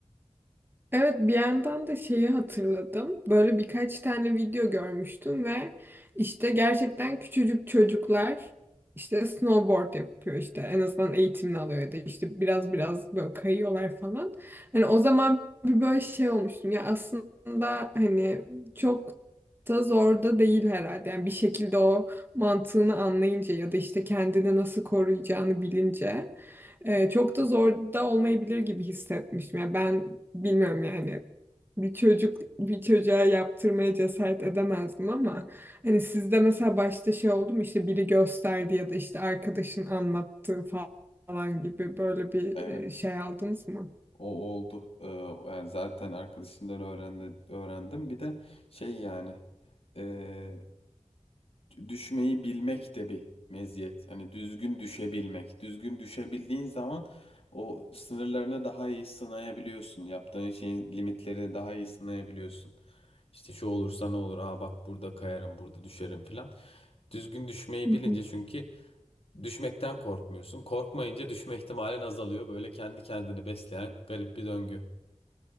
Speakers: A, on the right; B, on the left.
A: Evet bir yandan da şeyi hatırladım. Böyle birkaç tane video görmüştüm ve işte gerçekten küçücük çocuklar işte snowboard yapıyor işte en azından eğitimini alıyor ya da işte biraz biraz böyle kayıyorlar falan. Hani o zaman bir böyle şey olmuştum ya aslında hani çok da zor da değil herhalde. Yani bir şekilde o mantığını anlayınca ya da işte kendini nasıl koruyacağını bilince. Ee, çok da zor da olmayabilir gibi hissetmiştim. Yani ben bilmiyorum yani bir çocuk bir çocuğa yaptırmaya cesaret edemezdim ama hani sizde mesela başta şey oldu mu işte biri gösterdi ya da işte arkadaşın anlattığı falan gibi böyle bir
B: Evet.
A: e, şey aldınız mı?
B: O oldu. Ee, yani zaten arkadaşımdan öğrendi, öğrendim. Bir de şey yani e, düşmeyi bilmek de bir meziyet. Hani düzgün düşebilmek. Düzgün düşebildiğin zaman o sınırlarını daha iyi sınayabiliyorsun. Yaptığın şeyin limitlerini daha iyi sınayabiliyorsun. İşte şu olursa ne olur? Aa bak burada kayarım, burada düşerim filan. Düzgün düşmeyi
A: Hı
B: bilince
A: hı,
B: çünkü düşmekten korkmuyorsun. Korkmayınca düşme ihtimalin azalıyor. Böyle kendi kendini besleyen garip bir döngü.